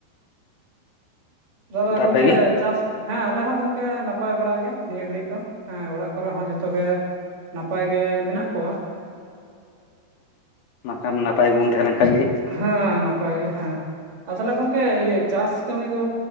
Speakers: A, on the right; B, on the left.
A: ᱫᱟᱨᱟ
B: ᱟᱫᱚ
A: ᱜᱚᱝᱠᱮ
B: ᱟᱯᱮ ᱜᱮ
A: ᱪᱟᱥ ᱦᱮᱸ ᱟᱞᱮ ᱦᱚᱸ ᱜᱚᱝᱠᱮ ᱱᱟᱯᱟᱭ ᱵᱟᱲᱟ ᱜᱮ ᱱᱤᱭᱟᱹ ᱜᱷᱟᱹᱲᱤᱡ ᱫᱚ᱾ ᱦᱮᱸ ᱚᱲᱟᱜ ᱠᱚᱨᱮ ᱦᱚᱸ ᱡᱚᱛᱚ ᱜᱮ ᱱᱟᱯᱟᱭ ᱜᱮ ᱢᱮᱱᱟᱜ ᱠᱚᱣᱟ᱾
B: <unintelligible> ᱱᱟᱯᱟᱭ ᱵᱟᱵᱚᱱ ᱛᱟᱦᱮᱸ ᱞᱮᱱ ᱠᱷᱟᱡ ᱜᱮ
A: ᱦᱮᱸ ᱱᱟᱯᱟᱭ ᱜᱮ ᱦᱮᱸ, ᱟ ᱛᱟᱦᱚᱞᱮ ᱜᱚᱢᱠᱮ ᱤᱭᱟᱹ ᱪᱟᱥ ᱠᱟᱹᱢᱤ ᱫᱚ